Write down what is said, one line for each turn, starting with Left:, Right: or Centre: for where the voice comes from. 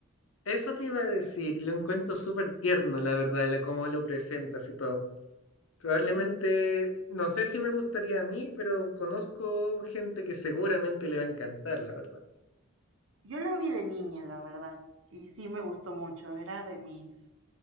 Left: eso te iba a decir, lo encuentro súper tierno, la verdad, lo- cómo lo presentas y todo. Probablemente,
Right: Sí,
Left: no sé si me gustaría a mí, pero conozco gente que seguramente le va a encantar, la verdad.
Right: Yo lo vi de niña, la verdad, y sí me gustó mucho, era de mis